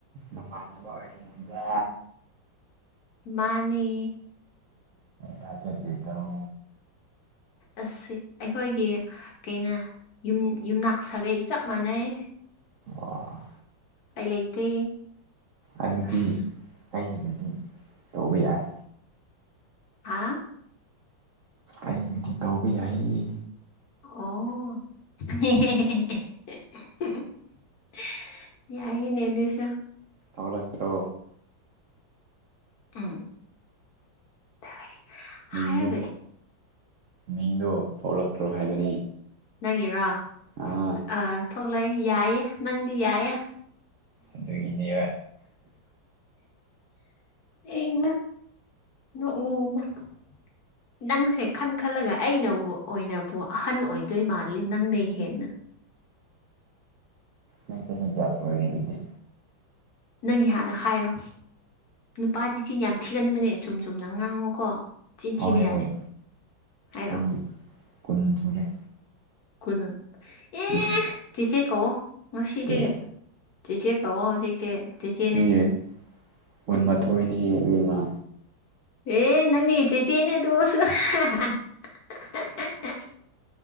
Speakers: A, on the right; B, on the left.
A: ꯇꯃꯥꯡꯅꯕ ꯑꯣꯏꯔꯒꯣꯟꯕ
B: ꯃꯥꯅꯤ
A: ꯊꯥꯆꯠ ꯠꯇꯧ
B: ꯑꯁ ꯁꯦ ꯑꯩꯈꯣꯏꯒꯤ ꯀꯩꯅꯣ ꯌꯨꯝ ꯌꯨꯝꯅꯥꯛ ꯁꯥꯒꯩ ꯆꯞ ꯃꯥꯟꯅꯩ
A: ꯑꯣ
B: ꯑꯩ ꯂꯩꯇꯦ
A: ꯑꯗꯨꯗꯤ
B: ꯑꯁ
A: ꯑꯩꯒꯤꯗꯨꯗꯤ ꯇꯧꯕ ꯌꯥꯏ
B: ꯍꯥ
A: ꯑꯩꯅꯗꯤ ꯇꯧꯕ ꯌꯥꯏꯌꯦ
B: ꯑꯣ ꯍꯦ ꯍꯦ ꯍꯦ ꯍꯦ ꯍꯦ ꯍꯨꯡ ꯍꯨꯡ ꯍꯍ ꯌꯥꯏꯌꯦꯅꯦ ꯑꯗꯨꯁꯨ
A: ꯇꯧꯔꯛꯇ꯭ꯔꯣ
B: ꯎꯝ ꯇꯧꯔꯒꯦ
A: ꯃꯤꯡꯗꯣ
B: ꯍꯥꯏꯔꯒ
A: ꯃꯤꯡꯗꯣ ꯊꯣꯛꯂꯛꯇ꯭ꯔꯣ ꯍꯥꯏꯕꯅꯤ
B: ꯅꯪꯉꯔꯣ
A: ꯑꯥ
B: ꯑ ꯊꯣꯛꯂꯛꯑꯦ ꯌꯥꯏꯌꯦ ꯅꯪꯗꯤ ꯌꯥꯌꯦꯦ
A: ꯑꯗꯨꯒꯤꯅꯦꯕ
B: ꯅꯉꯅ <unintelligible> ꯅꯪꯁꯦ ꯈꯟ ꯈꯜꯂꯒ ꯑꯩꯅꯕꯨ ꯑꯣꯏꯅꯕꯨ ꯑꯍꯟ ꯑꯣꯏꯗꯣꯏ ꯃꯥꯜꯂꯤ ꯅꯪꯗꯩ ꯍꯦꯟꯅ
A: ꯅꯁ ꯀ꯭ꯌꯥꯁ ꯑꯣꯏꯔꯤꯦ ꯑꯗꯨꯗꯤ
B: ꯅꯪꯒꯤ ꯍꯥꯟꯅ ꯍꯥꯏꯔꯣ ꯅꯨꯄꯥꯗꯤ ꯆꯤꯟ ꯌꯥꯝ ꯊꯤꯒꯟꯕꯅꯦ ꯆꯨꯝ ꯆꯨꯝꯅ ꯉꯥꯡꯉꯣꯀꯣ ꯆꯤꯟ ꯊꯤꯕ
A: ꯍꯣꯏ
B: ꯌꯥꯗꯦ
A: ꯍꯣꯏ
B: ꯍꯥꯏꯔꯛꯑꯣ
A: ꯑꯩ ꯀꯨꯟ ꯁꯨꯔꯦ
B: ꯀꯨꯅꯟ ꯑꯦ
A: ꯎꯝ
B: ꯆꯤ ꯆꯦ ꯀꯧꯋꯣ ꯉꯁꯤꯗꯒꯤ
A: ꯑꯦ
B: ꯆꯤ ꯆꯦ ꯀꯧꯋꯣ ꯍꯧꯖꯤꯛꯇꯤ ꯆꯦꯆꯦꯅꯦ
A: ꯑꯦ ꯀꯨꯟꯃꯥꯊꯣꯏꯅꯤ ꯏꯕꯦꯝꯃꯥ
B: ꯑꯦ ꯅꯪꯅꯤ ꯆꯤꯆꯦꯅꯦ ꯑꯗꯣꯁꯨ ꯍꯥ ꯍꯥ ꯍꯍ ꯍ ꯍ